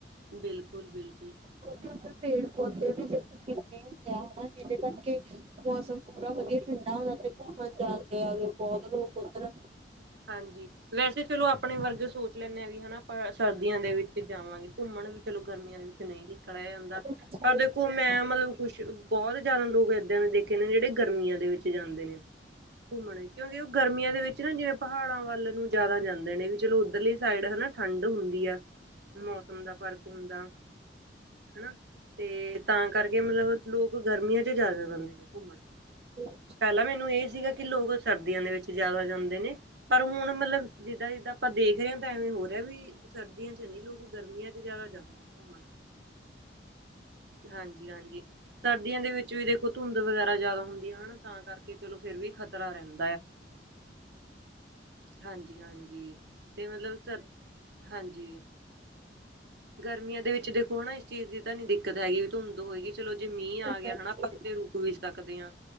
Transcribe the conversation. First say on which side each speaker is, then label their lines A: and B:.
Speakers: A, on the right; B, on the right.
A: ਬਿਲਕੁਲ-ਬਿਲਕੁਲ।
B: ਕਿਉਕਿ ਉੱਧਰ ਪੇੜ ਪੌਦੇ ਵੀ ਜ ਕੀ ਹੁੰਦੇ ਆ ਹਨਾ ਜਿਹਦੇ ਕਰਕੇ ਮੌਸਮ ਥੂੜਾ ਵਧੀਆ ਠੰਡਾ ਹੁੰਦਾ ਤੇ ਘੁੰਮਣ ਜਾਂਣਦੇ ਆਗੇ ਬਹੁਤ ਲੋਕ ਉੱਧਰ।
A: ਹਾਂਜੀ‌। ਵੈਸੇ ਚਲੋ ਆਪਣੇ ਵਰਗੇ ਸੋਚ ਲੈਂਨੇ ਆ ਵੀ ਹਨਾ ਆਪਾਂ ਸਰਦੀਆਂ ਦੇ ਵਿੱਚ ਜਾਵਾਂਗੇ ਘੁੰਮਣ ਵੀ ਚਲੋ ਗਰਮੀਆਂ ਦੇ ਵਿੱਚ ਨਈ ਨਿਕਲਿਆ ਜਾ
B: ਵੈਸੇ
A: ਪਰ
B: ਹਾਂਜੀ
A: ਦੇਖੋ ਮੈਂ ਮਤਲਬ ਕੁਛ ਬਹੁਤ ਜਿਆਦਾ ਲੋਕ ਏਦਾਂ ਦੇ ਦੇਖ ਜਿਹੜੇ ਗਰਮੀਆਂ ਦੇ ਵਿੱਚ ਜਾਂਦੇ ਨੇ, ਘੁੰਮਣ। ਕਿਉਂਕਿ ਉਹ ਗਰਮੀਆਂ ਦੇ ਵਿੱਚ ਨਾ ਜਿਵੇਂ ਪਹਾੜਾਂ ਵੱਲ ਨੂੰ ਜ਼ਿਆਦਾ ਜਾਂਦੇ ਨੇ ਵੀ ਚਲੋ ਉੱਧਰਲੀ ਸਾਈਡ ਹਨਾ ਠੰਡ ਹੁੰਦੀ ਆ। ਮੌਸਮ ਦਾ ਫ਼ਰਕ ਹੁੰਦਾ। ਹਨਾ ਤੇ ਤਾਂ ਕਰਕੇ ਮਤਲਬ ਲੋਕ ਗਰਮੀਆਂ 'ਚ ਜ਼ਿਆਦਾ ਜਾਂਦੇ ਨੇ ਘੁੰਮਣ।
B: <inaudible>
A: ਪਹਿਲਾਂ ਮੈਨੂੰ ਇਹ ਸੀਗਾ ਕਿ ਲੋਕ ਸਰਦੀਆਂ ਦੇ ਵਿੱਚ ਜਿਆਦਾ ਜਾਂਦੇ ਨੇ ਪਰ ਹੁਣ ਮਤਲਬ ਜਿੱਦਾਂ-ਜਿੱਦਾਂ ਆਪਾਂ ਦੇਖ ਰੇ ਆ ਤਾਂ ਐਵੇਂ ਹੋਰ ਰਿਆ ਵੀ ਸਰਦੀਆਂ 'ਚ ਨੀ ਲੋਕ ਗਰਮੀਆਂ 'ਚ ਜ਼ਿਆਦਾ ਜਾਂ ਘੁੰਮਣ, ਹਾਂਜੀ-ਹਾਂਜੀ ਸਰਦੀਆਂ ਦੇ ਵਿੱਚ ਵਿੱਚ ਵੀ ਦੇਖੋ ਧੁੰਦ ਵਗੈਰਾ ਜ਼ਿਆਦਾ ਹੁੰਦੀਆਂ ਆ ਹਨਾ ਤਾਂ ਕਰਕੇ ਚਲੋ ਫਿਰ ਵੀ ਖ਼ਤਰਾ ਰਹਿੰ ਹਾਂਜੀ-ਹਾਂਜੀ। ਤੇ ਮਤਲਬ ਸਰ, ਹਾਂਜੀ। ਗਰਮੀਆਂ ਦੇ ਵਿੱਚ ਦੇਖੋ ਹਨਾ ਇਸ ਚੀਜ਼ ਦੀ ਤਾਂ ਨੀ ਦਿੱਕਤ ਹੈਗੀ ਵੀ ਧੁੰਦ ਹੋਏਗੀ। ਚਲੋ ਜੇ ਮੀਂਹ ਆ ਗਿਆ
B: ਹਾਂਜੀ
A: ਹੈਾ ਆਪਾਂ
B: ਹਾਂਜੀ
A: ਕਿਤੇ ਰੁਕ ਵੀ ਸਕਦੇ ਹਾਂ